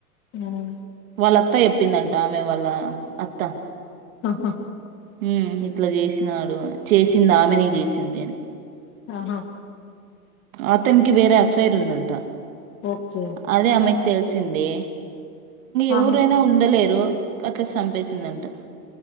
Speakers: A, on the left; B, on the right.
A: అవును.
B: వాళ్ళ అత్తా చెప్పిందంట ఆమె వాళ్ళ అత్తా.
A: ఆహా.
B: ఉమ్ ఇట్లా చేసినాడు చేసింది ఆమెని చేసింది అని.
A: ఆహ.
B: అతనికి వేరే అఫైర్ ఉందంట.
A: ఓకే.
B: అదే ఆమెకి తెలిసింది. ఎవరైనా
A: ఆహా
B: ఉండలేరు‌ అక్కలా చంపేసిందంట.